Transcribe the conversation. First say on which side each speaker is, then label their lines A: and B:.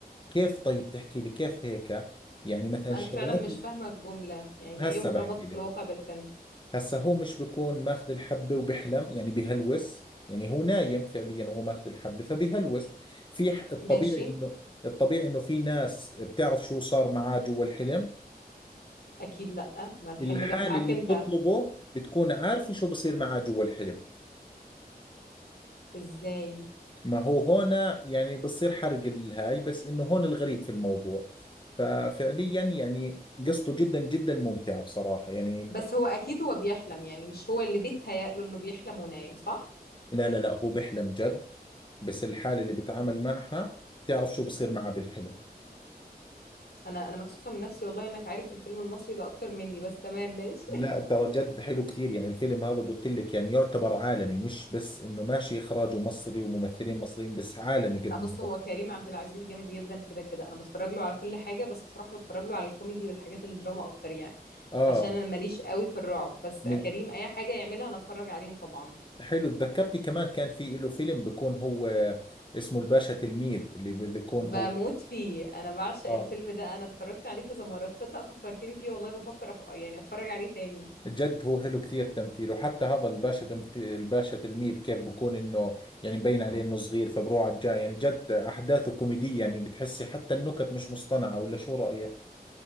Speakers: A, on the left (about 30°); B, on the left (about 75°).
A: كيف طيب تحكي لي كيف هيك يعني مثلا
B: ما
A: الشغلات
B: انا فعلا مش
A: ال-
B: فاهمة الجملة يعني
A: هسا
B: ايه ربط
A: بحكي لك
B: الواقع بالفيلم
A: هسا هو مش بكون ماخذ الحبة وبحلم يعني بهلوس يعني هو نايم فعليا وهو ماخذ الحبة فبهلوس في ح- الطبيعي
B: ماشي
A: انه الطبيعي انه في ناس بتعرف شو صار معاه جوا الحلم
B: اكيد لا ما الحلم
A: الحالة
B: ده بتاعك
A: اللي
B: انت
A: بتطلبه بتكون عارفة شو بصير معاه جوا الحلم
B: ازاي
A: ما هو هون يعني بصير حرق الهاي بس انه هون الغريب في الموضوع ففعليا يعني قصته جدا جدا ممتعة بصراحة يعني ب-
B: بس هو اكيد هو بيحلم يعني مش هو اللي بيتهيأ له انه بيحلم ونايم صح
A: لا لا لا هو بيحلم جد بس الحالة اللي بتعامل معها بتعرف شو بصير معها بالحلم
B: انا انا مكسوفه من نفسي والله انك عارف الفيلم المصري ده اكتر مني بس تمام ماشي
A: لا
B: <laughs>
A: ترى جد حلو كثير يعني الفيلم هذا قلت لك يعني يعتبر عالمي مش بس انه ماشي اخراجه مصري وممثلين مصريين بس عالمي قد
B: لا بص
A: ما
B: هو
A: هو
B: كريم عبد العزيز جامد جدا كده كده انا بتفرج له على كل حاجه بس بصراحه بتفرج له على الكوميدي والحاجات الدراما اكتر يعني
A: اه
B: عشان انا ماليش قوي في الرعب بس
A: من
B: كريم اي حاجه يعملها انا اتفرج عليها طبعا
A: حلو تذكرتي كمان كان في له فيلم بيكون هو اسمه الباشا تلميذ اللي بيكون
B: بموت
A: هو
B: فيه انا بعشق
A: اه
B: الفيلم ده انا اتفرجت عليه كذا مره تصدق فكرتني فيه والله بفكر أف... يعني اتفرج عليه تاني
A: جد هو حلو كثير تمثيله وحتى هذا الباشا تمثيل الباشا تلميذ كيف بكون انه يعني مبين عليه انه صغير فبروح على الجاي يعني جد احداثه كوميدية يعني بتحسي حتى النكت مش مصطنعة ولا شو رأيك؟